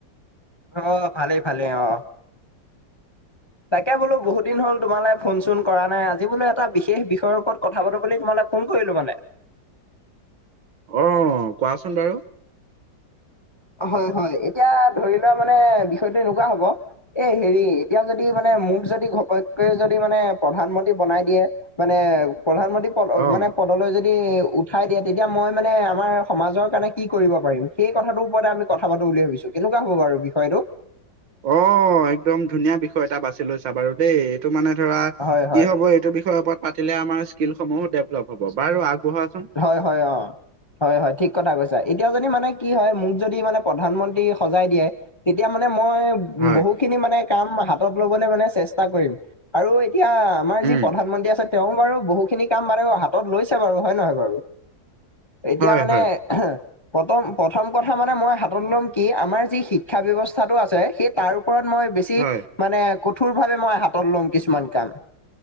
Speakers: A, on the left (about 30°); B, on the right (about 75°).
A: অ, ভালেই-ভালেই অ, তাকে বোলো বহু দিন হ'ল তোমালে ফোন চোন কৰা নাই আজি বোলো এটা বিষয়ৰ ওপৰত কথা পাতো বুলি তোমালে ফোন কৰিলোঁ মানে।
B: অ, কোৱাচোন বাৰু?
A: হয় হয় এতিয়া ধৰি লোৱা মানে বিষয়টো এনেকুৱা হ'ব এই হেৰি এতিয়া যদি মানে মোক যদি ঘপককৈ যদি মানে প্ৰধানমন্ত্ৰী বনাই দিয়ে মানে প্ৰধানমন্ত্ৰী পদ
B: অ'
A: মানে পদলৈ যদি ই উঠাই দিয়ে তেতিয়া মই মানে আমাৰ সমাজৰ কাৰণে কি কৰিব পাৰিম সেই কথাটো ওপত তা আমি কথা পাতো বুলি ভাবিছো কেনেকুৱা হব বাৰু বিষয়টো
B: অ একদম ধুনীয়া বিষয় এটা বাছি লৈছা বাৰু দেই টো মানে ধৰা
A: হয়
B: কি
A: হয়
B: হব এইটো বিষয় ওপৰত পাতিলে আমাৰ স্কীলসমূহ ডেভ লব হ'ব বাৰু আগবঢ়াচোন
A: হয় হয় অ হয় হয় ঠিক কথা কৈছা এতিয়া যদি মানে কি হয় মোক যদি মানে প্ৰধানমন্ত্ৰী সজাই দিয়ে তেতিয়া মানে মই
B: হয়
A: বহু খিনি মানে কাম হাতত লবলৈ মানে চেষ্টা কৰিম আৰু এতিয়া আমাৰ
B: উম
A: যি প্ৰধানমন্ত্ৰী আছে তেওঁ বাৰু বহুখিনি কাম বাৰু হাতত লৈছে বাৰু হয় নহয় বাৰু এতিয়া
B: হয়
A: মানে
B: হয়
A: প্ৰতম প্ৰথম কথা মানে মই হাতত ল'ম কি আমাৰ যি শিক্ষা ব্যৱস্থাটো আছে সেই তাৰ ওপৰত মই বেছি
B: হয়
A: বেছি মানে কঠোৰ ভাৱে মই হাতত লম কিছুমান কাম